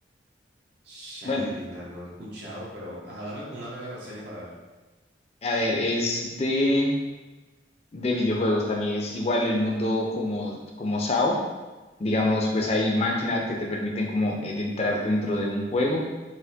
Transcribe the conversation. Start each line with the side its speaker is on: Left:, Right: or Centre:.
Right: Shangri-La,
Left: Bueno,
Right: lo he escuchado, pero ajá, dame como una breve reseña para ver.
Left: a ver, es de, de videojuegos también, es igual el mundo como, como SAO. Digamos, pues hay máquinas que te permiten como eh, de entrar dentro de un juego,